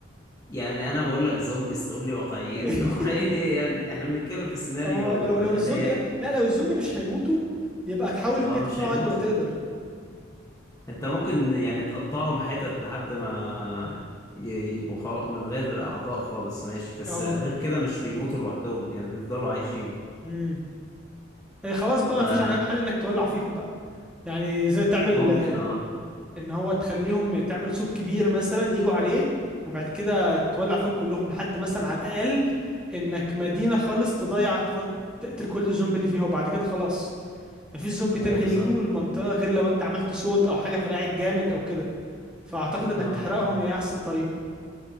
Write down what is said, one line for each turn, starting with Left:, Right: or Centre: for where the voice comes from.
Left: يعني انا بقول لك زومبيز تقول لي واقعيين
Centre: <laughs>
Left: <laughs> واقعيين ايه يا ابني احنا بنتكلم في سيناريو
Centre: اه لو لو
Left: آه،
Centre: الزومبي
Left: خيالي
Centre: لا لا لو الزومبي مش هيموتوا يبقى تحاول
Left: اه
Centre: تقتل
Left: مش
Centre: فيهم
Left: هيموتوا
Centre: على قد ما تقدر
Left: انت ممكن يعني تقطعهم حتت لحد ما ي- يبقوا خل- من غير اعضاء خالص ماشي بس
Centre: اه
Left: غير كده مش بيموتوا لوحدهم يعني بيفضلوا عايشين
Centre: امم إيه خلاص بقى
Left: فممكن
Centre: مفيش غير حل انك تولع فيهم بقى يعني زي تعمل
Left: اه
Centre: ان هو تخليهم تعمل صوت كبير مثلا يجوا عليه وبعد كده تولع فيهم كلهم لحد مثلا على الاقل انك مدينة خالص تضيع تط- تقتل كل الزومبي اللي فيها وبعد كده خلاص مفيش زومبي تاني
Left: ايوه
Centre: هيجوا
Left: صح
Centre: المنطقة غير لو انت عملت صوت او حاجة فرقعت جامد او كده فاعتقد انك
Left: اه
Centre: تحرقهم هي احسن طريقة